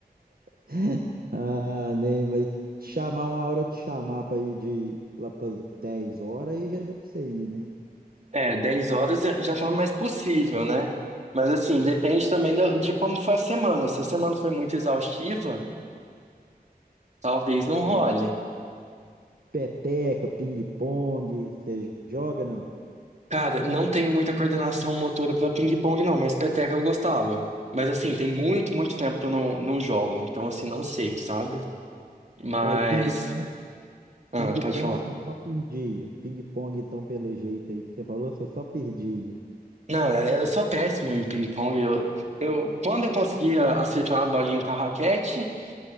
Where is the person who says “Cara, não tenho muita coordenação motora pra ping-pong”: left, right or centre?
Right